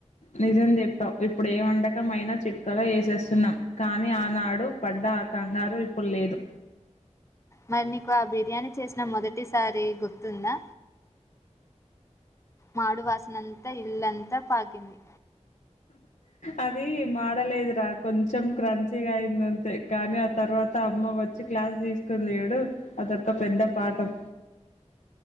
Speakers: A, on the left; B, on the left.
A: నిజం చెప్పావు ఇప్పుడు ఏ వంటకంమైనా చిటికెలో చేసేస్తున్నాం కానీ ఆనాడు పడ్డ ఆ కంగారు ఇప్పుడు లేదు
B: మరి నీకు ఆ బిర్యానీ చేసిన మొదటి సారి గుర్తుందా మాడు వాసనంతా ఇల్లంతా పాకింది
A: అది మాడలేదురా కొంచెం క్రంచిీగా అయింది అంతే కానీ ఆ తర్వాత అమ్మ వచ్చి క్లాస్ తీసుకుంది చూడు అదొక పెద్ద పాఠం